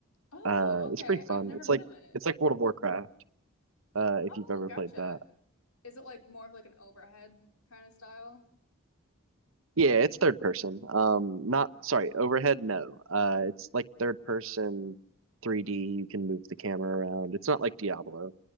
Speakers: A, on the left; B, on the right.
A: Oh,
B: Uh,
A: okay.
B: it's pretty
A: I've
B: fun.
A: never
B: It's
A: heard
B: like
A: of it.
B: it's like World of Warcraft. Uh, if
A: Oh,
B: you've ever
A: gotcha.
B: played that.
A: Is it like more of like an overhead kind of style?
B: Yeah, it's third person. Um, not sorry, overhead. No. Uh, it's like third person, 3D. You can move the camera around. It's not like Diablo.